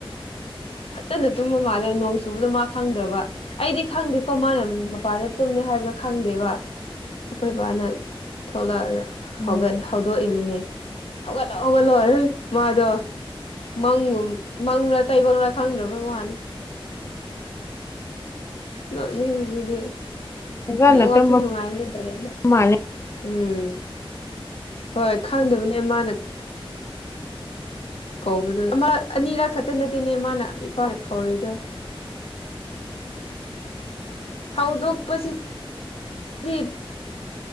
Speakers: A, on the left (about 80°); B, on the left (about 30°).
A: ꯐꯠꯖꯅ ꯇꯨꯝꯕ ꯃꯥꯜꯂꯦ ꯅꯣꯡ ꯆꯨꯕꯗꯣ ꯃꯥ ꯈꯪꯗ꯭ꯔꯕ ꯑꯩꯗꯤ ꯈꯪꯗꯦꯀꯣ ꯃꯥꯅ ꯃꯄꯥꯟꯗ ꯇꯨꯝꯃꯦ ꯍꯥꯏꯕꯗꯣ ꯈꯪꯗꯦꯕ ꯑꯩꯈꯣꯏ ꯕꯥꯅ ꯊꯣꯛꯂꯛꯑꯒ
B: ꯎꯝ
A: ꯍꯧꯒꯠ ꯍꯧ ꯗꯣꯛꯏꯅꯤꯅꯦ ꯍꯧꯒꯠꯂꯣ ꯍꯧꯒꯠꯂꯣ ꯏ ꯃꯥꯗꯣ ꯃꯪꯒꯨꯝ ꯃꯪꯔꯥ ꯇꯥꯏꯕꯪꯔꯥ ꯈꯪꯗ꯭ꯔꯕ ꯋꯥꯅꯤ ꯅꯣꯛꯅꯤꯡꯕꯁꯤꯗꯤ
B: ꯐꯖꯅ
A: ꯅꯦꯠꯋꯥꯛꯇꯤ
B: ꯇꯨꯝꯕ
A: ꯅꯨꯡꯉꯥꯏꯕꯅꯦ ꯅꯣꯏ ꯄꯔꯦꯡꯗꯣ
B: ꯃꯥꯜꯂꯦ
A: ꯎꯝ ꯍꯣꯏ ꯈꯪꯗꯕꯅꯦ ꯃꯥꯅ ꯀꯧꯕꯗꯨ ꯑꯃꯔꯛ ꯑꯅꯤꯔꯛ ꯈꯛꯇ ꯅꯠꯇꯦꯅꯦ ꯃꯥꯅ ꯏꯄꯥꯅ ꯀꯧꯔꯤꯗꯣ ꯍꯧꯗꯣꯛꯄꯁꯤ <unintelligible>